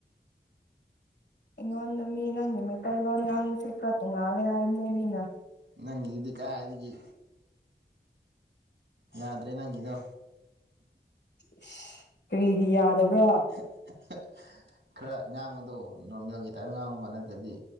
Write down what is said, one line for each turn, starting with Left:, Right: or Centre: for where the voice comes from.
Left: ꯑꯩꯉꯣꯟꯗ ꯃꯤ ꯅꯪꯒꯤ ꯃꯩꯇꯩꯂꯣꯟ ꯉꯥꯡꯖꯁꯦ ꯈꯔ ꯇꯣꯡꯉꯥꯜꯂꯦ ꯍꯥꯏꯕꯅꯦ ꯃꯤꯅ
Right: ꯅꯪꯒꯤ ꯗꯨꯗꯤ ꯀꯥꯏꯗꯒꯤ ꯌꯥꯗ꯭ꯔꯦ ꯅꯪꯒꯤꯗꯣ
Left: ꯏꯁ ꯀꯔꯤꯒꯤ ꯌꯥꯗꯕ꯭ꯔꯥ
Right: <unintelligible> ꯈꯔ ꯉꯥꯡꯕꯗꯣ ꯅꯣꯔꯃꯦꯜꯒꯤ ꯇꯥꯏꯞ ꯉꯥꯡꯉꯨꯕ ꯅꯠꯇ꯭ꯔꯗꯤ